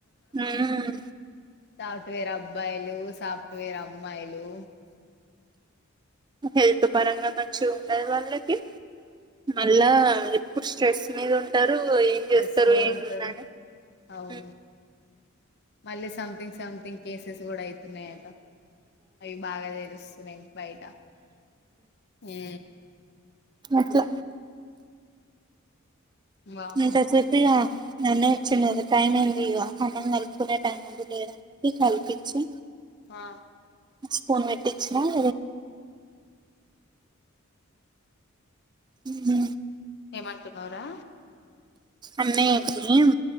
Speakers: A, on the right; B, on the left.
A: హ్మ్.
B: సాఫ్ట్వేర్ అబ్బాయిలు సాఫ్ట్వేర్ అమ్మాయిలు
A: హెల్త్ పరంగా మంచిగ ఉండదు వాళ్ళకి మళ్ళా ఇప్ ప్పుడు స్ట్రెస్ మీద ఉంటారు ఏం
B: స్ట్రెస్
A: చేస్తారు
B: లో
A: ఏం
B: ఉంటారు
A: ఉందని
B: అవును
A: ఉమ్
B: మళ్ళీ సంథింగ్ సంథింగ్ కేసెస్ కూడా అయితున్నాయట అయి బాగా తెలుసు తున్నాయి బయిట ఊ
A: అట్ల
B: వామ్మో
A: ఎంత సేపు ఇగ నన్నే వచ్చింది కదా టైం అయ్యింది ఇగ సమంధం కలుపుకునే టైం ఉంది లేదనేది కల్పిచ్చి
B: ఆ
A: ఇచ్చి ఫోన్ పెట్టిచ్చినా <inaudible> ఊహూ
B: ఏం అంటున్నవ్ రా
A: అన్నయ్య ఇప్పుడేం